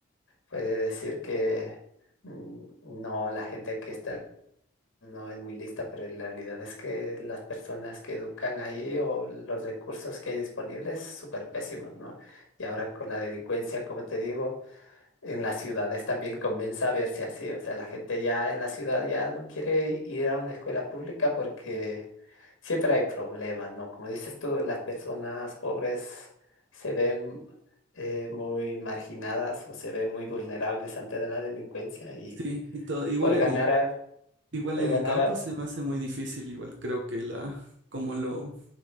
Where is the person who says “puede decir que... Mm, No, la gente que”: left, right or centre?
Left